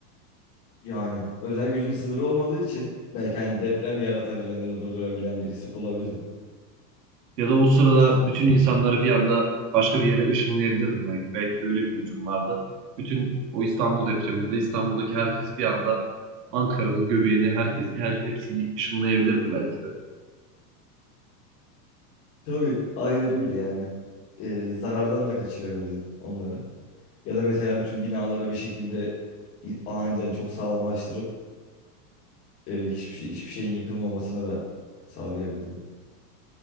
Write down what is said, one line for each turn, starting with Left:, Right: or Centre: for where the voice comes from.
Left: Yani özel gücün sınırı olmadığı için belki hani deprem yaratabilen ya da durdurabilen birisi olabilirdin.
Right: Ya da o sırada
Left: Çünkü
Right: bütün insanları bir anda başka bir yere ışınlayabilirdim belki. Belki de öyle bir gücüm vardı. Bütün o İstanbul depreminde İstanbul'daki herkes bir anda Ankara'nın göbeğini herkes her hepsini ışınlayabilirdim belki de.
Left: tabii ayrı değil yani. Ee, zarardan da kaçırabilirdin onları. Ya da mesela bütün binaları bir şekilde i- aniden çok sağlamlaştırıp e, hiçbir şey hiçbir şeyin yıkılmamasına da sağlayabilirdin.